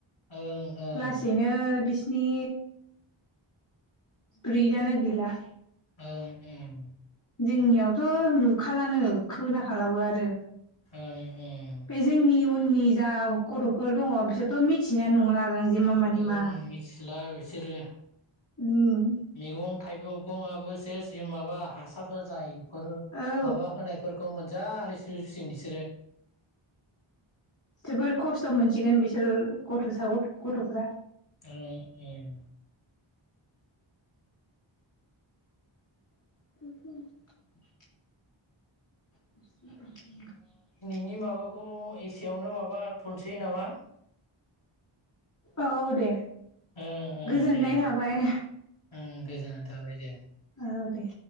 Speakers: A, on the left (about 70°); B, on the left (about 35°).
A: ओं ओं
B: लासैनो बिसिनि फ्रिडानो गैला‌
A: ओं उम
B: जोंनियावथ' नुखालानो खोनाखालाबो आरो
A: ओं ओं
B: बे जोंनि उननि जा गथ'फोर दङ बिसोरथ' मिथिनायानो नंला जों जे मा मानि
A: ओङ
B: मा
A: मिथिला बिसोरो
B: उम
A: मैगं थाइगं गंआबो सेस ए माबा हासार होजाय फोर
B: औ
A: माबा होनायफोरखौ मोनजाहैसुसिगोन बिसोरो
B: जोबोर खस्थ' मोनसिगोन बिसोर गथ'सा ग गथ'फ्रा
A: ओं ओं
B: <unintelligible> <unintelligible>
A: नि माबाखौ एसेयावनो माबा थनसै नामा?
B: औ दे
A: ओं ओं
B: गोजोननाय
A: दे दे
B: थाबाय।
A: ओं गोजोननाय थाबाय दे।
B: औ दे